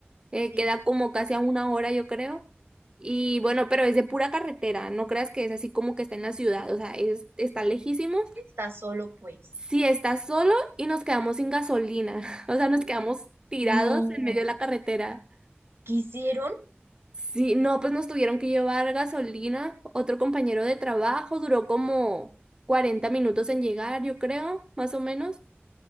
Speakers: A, on the right; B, on the right.
A: eh,
B: y
A: queda como casi a una hora, yo creo. Y bueno, pero es de pura carretera, no creas que es así como que está en la ciudad, o sea, es, está lejísimos.
B: estás solo, pues.
A: Si estás solo y nos quedamos sin gasolina, <laughs> o sea, nos quedamos tirados
B: No,
A: en medio de la carretera.
B: quisieron
A: Sí, no, pues nos tuvieron que llevar gasolina. Otro compañero de trabajo duró como 40 minutos en llegar, yo creo, más o menos.